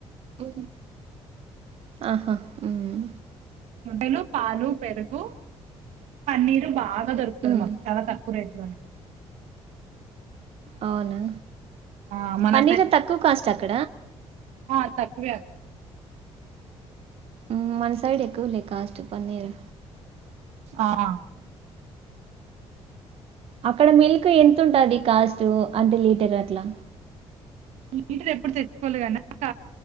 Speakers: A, on the right; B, on the right.
A: ఉ ఆహా ఉమ్
B: ముద్దలు పాలు, పెరుగు, పన్నీరు బా గా దొరుకుతది
A: మ్మ్,
B: మాకు చాల తక్కువ రేట్ లోనే
A: అవునా
B: ఆ మన
A: పన్నీర్ తక్కువ కాస్ట్ అక్కడ?
B: అ తక్కువే అక్క
A: మ్ మన సైడ్ ఎక్కువలే కాస్ట్ పన్నీరు
B: ఆహ
A: అక్కడ మిల్క్ ఎంతుటాది కాస్ట్ అంటే లీటర్ అట్లా
B: లీటర్ ఎప్పుడు తెచ్చుకోవలే కదా ఒక